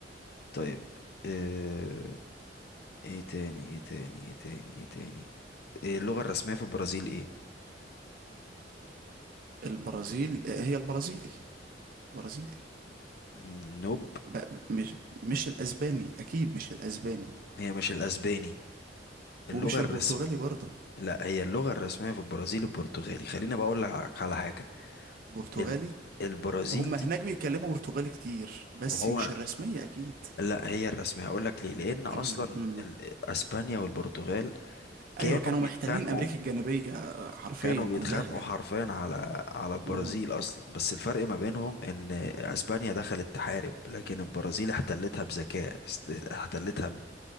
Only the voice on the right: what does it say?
البرازيل هي البرازيلي البرازيلي
ب... مش مش الأسباني أكيد مش الأسباني
ومش
البرتغالي برضو
برتغالي
هم
هناك بيتكلموا برتغالي كتير بس
مش الرسمية أكيد
<clears throat> أمم.
أيوة كانوا
محتلين أمريكا الجنوبية حرفيا
كلها يعني
آه.